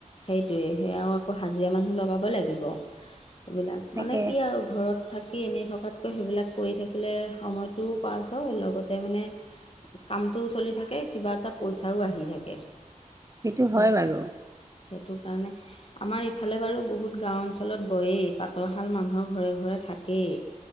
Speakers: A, on the left; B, on the right.
A: সেইটোৱে সেয়া আৰু আকৌ হাজিৰা মানুহ লগাব লাগিব। এইবিলাক
B: তাকে
A: মানে কি আৰু ঘৰত থাকি এনেই থকাতকৈ সেইবিলাক কৰি থাকিলে সময়টোও পাছ হয় লগতে মানে কামটোও চলি থাকে, কিবা এটা পইচাৰো আহি থাকে।
B: সেইটো
A: সেই
B: হয় বাৰু।
A: সেইটো কাৰণে আমাৰ ইফালে বাৰু বহুত গাঁও অঞ্চলত বয়েই তাঁতৰশাল মানুহৰ ঘৰে ঘৰে থাকেই